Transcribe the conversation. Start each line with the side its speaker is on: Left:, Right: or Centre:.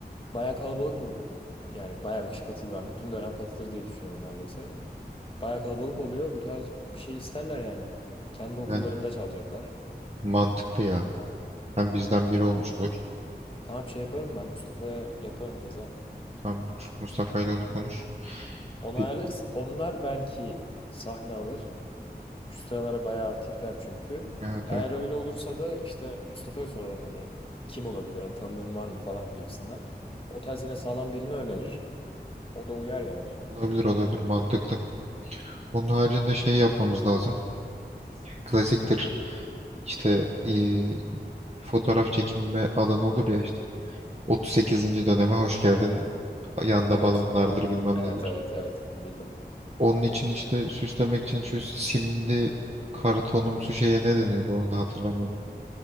Left: bayağı kalabalık grup. Yani bayağı bir kişi katılır. Ben bütün dönem katılır diye düşünüyorum neredeyse. Bayağı kalabalık oluyor. Bu tarz bir şey isterler yani. Kendi okullarında
Right: Yani
Left: çalacaklar.
Right: mantıklı ya. Hem bizden biri olmuş
Left: Yani
Right: olur.
Left: tamam şey yaparım ben Mustafa'ya yaparım yazarım.
Right: Tamam. Mustafa ile onu konuş.
Left: Onu
Right: Bir
Left: ayarlarız.
Right: de,
Left: Onlar belki sahne alır. Şu sıralar bayağı aktifler çünkü.
Right: evet
Left: Eğer
Right: evet.
Left: öyle olursa da işte Mustafa'ya sorarım hani kim olabilir, hani tanıdığın var mı falan gibisinden. O tarz yine sağlam birini önerir. O da uyar yani yine.
Right: Olabilir olabilir mantıklı. Onun haricinde şey yapmamız lazım. Klasiktir. İşte e, fotoğraf çekinme alanı olur ya işte. 38. döneme hoş geldin. Yanda
Left: Evet,
Right: balonlardır bilmem
Left: evet,
Right: nedir.
Left: evet, evet bildim.
Right: Onun için işte süslemek için şu simli kartonumsu şeye ne deniyordu onu da hatırlamıyorum.